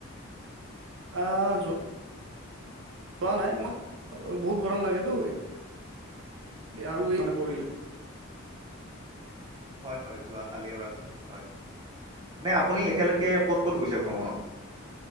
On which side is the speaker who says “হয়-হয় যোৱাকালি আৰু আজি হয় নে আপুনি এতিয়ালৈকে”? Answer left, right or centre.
Right